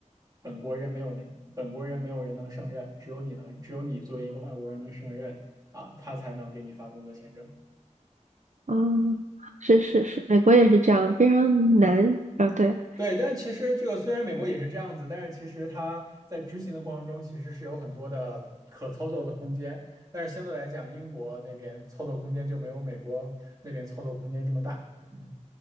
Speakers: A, on the right; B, on the right.
A: 本国人没有人本国人没有人能胜任，只有你能，只有你作为一个外国人能胜任啊、他才能给你发工作签证。
B: 嗯，是是是，美国也是这样，非常难啊，对，
A: 对，但是其实这个虽然美国也是这样子，但是其实它在执行的过程中其实是有很多的可操作的空间，但是相对来讲，英国那边操作空间就没有美国那边操作空间这么大。嗯